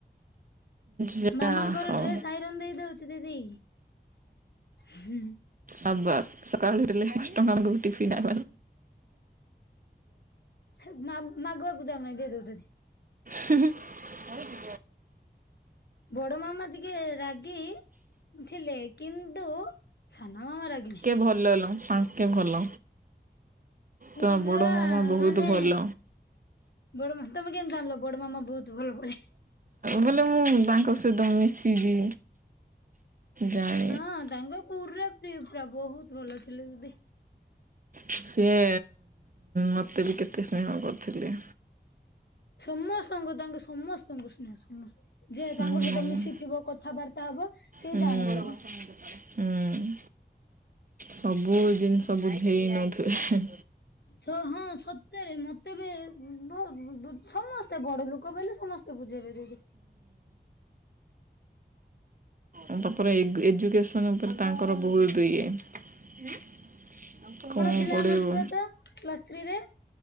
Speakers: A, on the right (about 50°); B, on the left (about 70°).
A: ଯା
B: ମାମାଙ୍କର
A: ହଉ
B: ଡ୍ରେସ ଆଇରନ ଦେଇଦଉଛି ଦିଦି। ହୁଁ।
A: ଆବାସ ସକାଳୁରେଲେ ନଷ୍ଟ କରକୁ ଟିଫିନା
B: ହେ ମା ମାଗଆକୁ ଯାଉ ମାଇଁ ଦେଇ ଦଉଛନ୍ତି।
A: ହୁ ହୁ
B: ବଡ ମାମା ଟିକେ ରାଗି। ଥିଲେ କିନ୍ତୁ ସାନମମ ରାଗି ନୁହେଁ।
A: ଭଲହେଲ ତାଙ ଟିକେ ଭଲ।
B: ପୁରା
A: ତ ବଡ ମାମା ବହୁତ
B: ମାନେ
A: ଭଲ
B: ବଡମା ତମେ କେମତି ଜାଣିଲ ବଡ ମାମା ବହୁତ ଭଲବୋଲି?
A: ବୋଲେ ମୁଁ ତାଙ୍କ ସହିତ ମିସି ଚି ଯାଏ।
B: ହଁ ତାଙ୍କ କୁରା ପୁରା ବହୁତ ଭଲ ଥିଲେ ଦିଦି।
A: ସିଏ ମତେ ବି କେତେ ସ୍ନେହ କରୁଥିଲେ।
B: ସମସ୍ତଙ୍କୁ ତାଙ୍କ ସମସ୍ତଙ୍କୁ ସ୍ନେହ ସମ ଯେ
A: ହୁଁ
B: ତାଙ୍କ ସହିତ ମିଶିଥିବ କ ଥାବାର୍ତ୍ତା ହବ ସିଏ
A: ହୁଁ
B: ଜାଣିଥିବ।
A: ହୁଁ ସବୁ ଜିନିଷ ବୁଝେଇ ନଉଥିବେ ହେଁ
B: ଛ ହଁ ସତରେ ମତେ ବି ଉ ବୋ ବୁ ସମସ୍ତେ ବଡ ଲୋକ ବହିଲେ ସମସ୍ତେ ବୁଝେଇବେ ଯାଇକି।
A: ଉ ତାପରେ ଏଗୁ ଏଜୁକେସନ ଉପରେ ତାଙ୍କର ବହୁତ ଇଏ। <unintelligible> କଣ
B: ଥିଲା
A: ପଡେଇବୁ
B: ଅନର୍ସ କୁହ ତ ପ୍ଲସ୍ ଥ୍ରୀରେ?